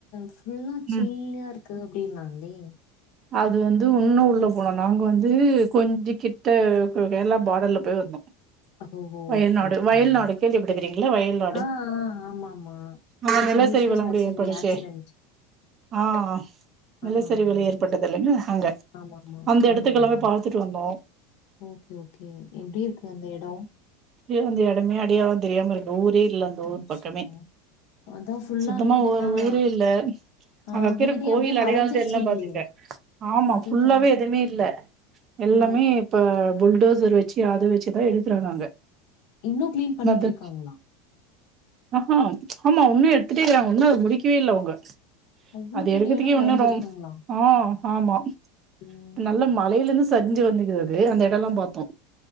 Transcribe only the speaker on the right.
ம்
அது வந்து உன்னு உள்ள போனு நாங்க வந்து கொஞ்ச கிட்ட கேரளா பாடர்ல்ல போய் இந்தோ
வயல்நாடு
வயல்நாடு கேள்விப்பட்டுக்கிறிங்ளா வயல்நாடு
ஆ
நிலசரிவெலாங்கூட
ஏற்படுச்சே
ஆ
நிலசரிவெலா
ஏற் பட்டதுல்லங்க
அங்க
அந்த
எடத்துக்கெல்லாமே பாத்துட்டு வந்தோ
சு அந்த எடமே அடையாளோ தெரியாம இருக்கு ஊரே இல்ல அந்த ஊர்
பக்கமே
சுத்தமா
ஒரு ஊரே இல்ல அங்க
வக்கிற
கோயில்
அடையாளந்
தெர்லனா பாத்துக்ங்க ஆமா
ஃபுல்லாவே எதுமே இல்ல எல்லாமே
இப்ப பொல் டோசர் வச்சி அத வச்சிதா எடுக்குறாங்க அங்க
மத்த
ஆஹா ஆமா ஒன்னு எடுத்துட்டே இருக்குறாங்க ஒன்னு அது முடிக்கவே இல்ல அவங்க
அது
எடுக்கறதுக்கே
இன்னு
ரோம் ஆ ஆமா
நல்ல மழையில இருந்து சரிஞ்சி வந்துக்குது அது அந்த எடொல்லா பாத்தோ